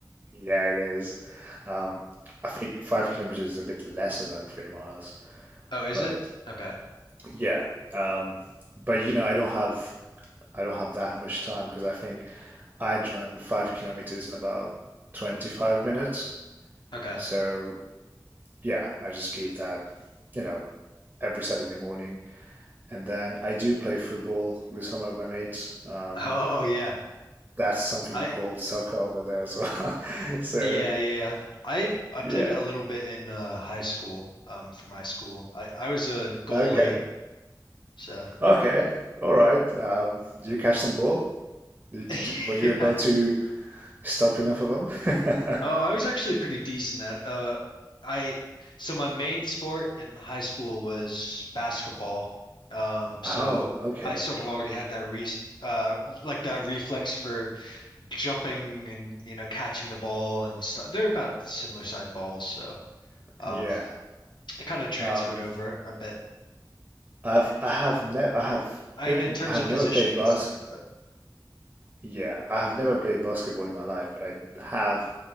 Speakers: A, on the right; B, on the left.
A: Yeah, it is. Um, I think five kilometers is a bit lesser than three miles,
B: Oh, is
A: but
B: it? Okay.
A: yeah. Um, but you know, I don't have I don't have that much time because I think I'd run five kilometers in about 25 minutes.
B: Okay.
A: So yeah, I just keep that, you know, every Saturday morning. And then I do play football with some of my mates. Um,
B: <laughs> Oh yeah.
A: that's something
B: I
A: you call soccer over there as well. <laughs> So
B: yeah, yeah, yeah. I I
A: yeah,
B: played it a little bit in uh high school, um, for my school. I I was a goalie,
A: okay,
B: so
A: okay, all right. Um, do you catch some ball? Did,
B: <laughs>
A: did- were you
B: yeah.
A: able to stop enough of them? <laughs>
B: Oh, I was actually pretty decent at uh I so my main sport in high school was basketball. Um
A: Oh,
B: so
A: okay,
B: I sort of already had that re uh like that reflex for jumping and you know catching the ball and stuff. They're about similar sized balls, so um
A: yeah.
B: it kind of transferred
A: Um,
B: over a bit.
A: I've I have never I have
B: I
A: only,
B: mean in terms
A: I have
B: of
A: never
B: positioning
A: played bas
B: it's different, but
A: Yeah, I have never played basketball in my life, but I have